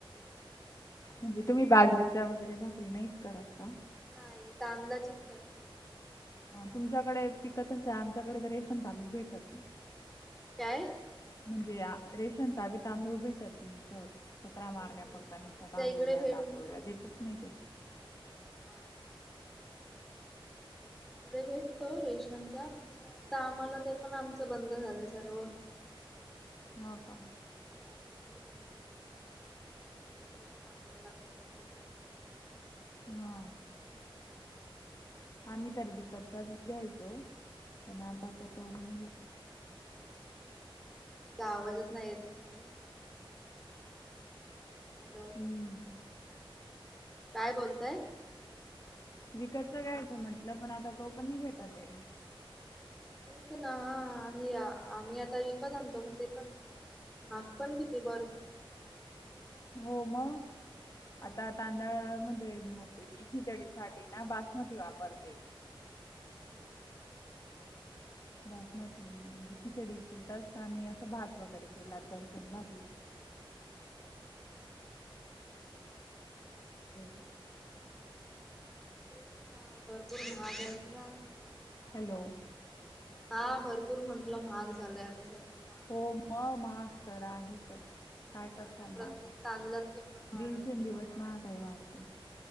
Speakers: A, on the left; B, in the centre.
A: म्हणजे तुम्ही बाजरीच्या वगैरे भाकरी नाहीच करत का?
B: नाही तांदलाचीच करते.
A: तुमच्याकडे पिकत अशे आमच्याकडे तर रेशन तांदूळ भेटतात.
B: काय?
A: म्हणजे आ रेशनचा बी तांदूळ भेटती इथ. चक्रा मारण्या
B: तुमच्या इकडे
A: पडता
B: आमच्या
A: नि तांदूळ
B: इकडे
A: द्या,
B: भेटतो
A: तांदूळ द्या देतच नाही तो.
B: हा काय? म्हणजे भेटतो रेशनचा पण आता, आम्हाला ते पण आमचं बंद झालंय सर्व.
A: हा का?
B: कायी त्यांचे बंद केलेत, कायी त्यांना भेटत मग, विकतच आणायला लागतात आता.
A: हा. आम्ही तर विकतचाच घ्यायचो, पण आता आता तो बी नाही भेटत.
B: आवाजच नाही येत थोडं हॅलो
A: हम्म.
B: काय बोलताय
A: विकतच कायचं म्हंटलं पण आता तो पण नाही भेटत ए
B: तेच ना आणि आम्ही आता विकत आणतो पण ते पण पण किती <unintelligible>
A: हो मग आता तांदळ म <unintelligible> खिचडी साठी ना बासमती वापरते
B: <unintelligible>
A: बासमती म्हणजे खिचडी पुरताच आणि असं भात वगैरे केला तर <unintelligible> सोबत
B: हा
A: <unintelligible>
B: तेच ना भरपूर महाग आहेत ना आता
A: हॅलो
B: हा भरपूर म्हंटलं महाग झालंय आता सगळं
A: हो मग महाग तर आहेतच
B: किंमत
A: काय करताल
B: सगळ्या प्रत्येक
A: म आता
B: तांदलात किंमत वाढवली
A: दिवसेंदिवस ना काही वाढते